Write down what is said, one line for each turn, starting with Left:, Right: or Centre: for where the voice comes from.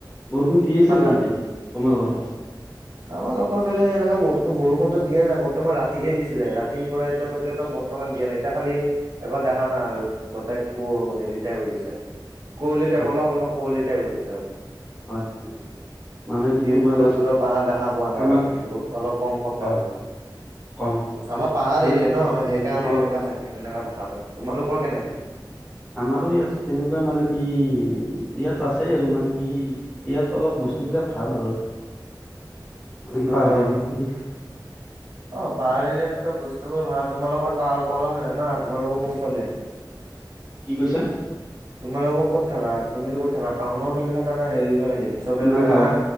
Centre: বৰষুণ দি আছে
Right: ইফালে
Centre: নেকি এতিয়া তোমালোকৰ ফালে
Right: আমাৰ লোকৰ ফালে এনেকোৱা ব বৰষুণো দিয়া নাই বৰ্তমান ৰাতিহে দিছিলে ৰাতিৰ পৰা এতিয়ালৈকে বৰ্তমান দিয়া নাই এতিয়া খালি একো দেখা নাই আৰু গোটাই কো হেৰি টাইপ হৈ গৈছে আৰু কুৱলি টাইপ
Centre: হয়
Right: অলপ অলপ কুৱলি টাইপ হৈ গৈছে তাৰ
Centre: হয় হয় মানে কি তোমাৰ
Right: দূৰৰ দূৰৰ পাহাৰ দেখা পোৱা নাই
Centre: আমাৰ
Right: আৰু বহুত অলপ কম কম
Centre: হয়
Right: দেখা পাইছো
Centre: হয় কম কম
Right: আমাৰ পাহাৰ
Centre: মানে
Right: এৰিয়া ন সেইকাৰণে
Centre: অ
Right: এনেকা থাকে তেনেকা দেখা পায় তোমালোকৰ কেনেকা
Centre: আমাৰো ইয়াত তেনেকোৱা মানে কি ইয়াত আছেই আৰু মানে কি ইয়াত অলপ বস্তুবিলাক ভাল আৰু মানে
Right: বস্তুবিলাক
Centre: কিবা হেই
Right: ভাল অ পাহাৰ এৰিয়াত বস্তুবোৰ ভাল তোমালোকৰ তাত তলত না তোমালোক কম্পেনীৰ
Centre: কি কৈছা
Right: তোমালোকো ক'ত থাকা তুমি কত থাকা টাউনৰ ফালে থাকা নে হেৰি ফালে হিলচৰ ফালে
Centre: নাই
Right: থাকা
Centre: গাঁও
Right: না